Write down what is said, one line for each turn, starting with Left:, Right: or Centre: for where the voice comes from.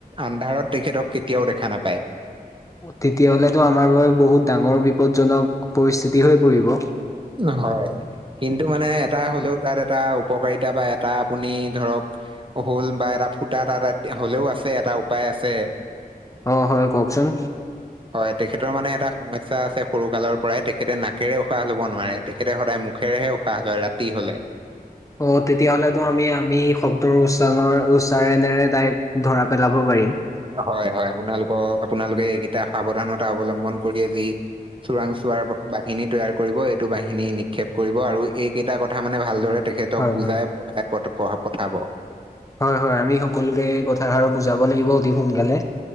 Right: আন্ধাৰত তেখেতক কেতিয়াও দেখা নাপায়।
Left: তেতিয়াহ'লেতো আমাৰ বাবে, বহুত ডাঙৰ বিপদজনক পৰিস্থিতি হৈ পৰিব।
Right: নহয়, কিন্তু মানে এটা হ'লেও, তাত এটা উপকাৰিতা বা এটা আপুনি ধৰক হৌল বা এটা ফুটা এটা, এটা হ'লেও আছে। এটা উপায় আছে।
Left: অ, হয়, কওঁকচোন।
Right: <unintelligible> হয়। তেখেতৰ মানে এটা সমস্যা আছে, সৰু কালৰ পৰাই তেখেতে নাকেৰে উশাহ ল'ব নোৱাৰে তেখেতে সদায় মুখেৰেহে উষ হ, হয় ৰাতি হ'লে।
Left: অ, তেতিয়াহলেতো আমি, আমি। শব্দৰ উচ্চাৰণৰ, উচ্চাৰণেৰে তাইক ধৰা পেলাব পাৰিম।
Right: হয়, হয় আপোনালোকৰ, আপোনালোকে এইকেইটা সাৱধানতা অৱলম্বন কৰি আজি চোৰাং, চোৱাৰ বাহিনী তৈয়াৰ কৰিব, এইটো বাহিনী নিক্ষেপ কৰিব আৰু এইকেইটা কথা মানে ভালদৰে তেখেতে তেখেতক
Left: হয়,
Right: বুজাই
Left: হয়,
Right: বঢ়াই প, পঠাব।
Left: হয়, হয়, আমি সকলোকে এই কথাষাৰ বুজাব লাগিব অতি সোনকালে।